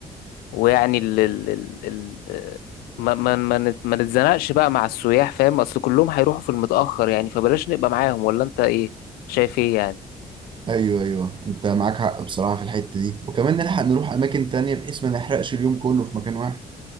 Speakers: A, on the left; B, on the right.
A: ويعني ال ال ال ال ما ما ما نت- ما نتزنقش بقى مع السياح فاهم اصل كلهم هيروحوا في المتأخر يعني فبلاش نبقى معاهم ولا انت ايه شايف ايه يعني
B: ايوه ايوه انت معاك حق بصراحه في الحته دي وكمان نلحق نروح اماكن تانية بحيث ما نحرقش اليوم كله في مكان واحد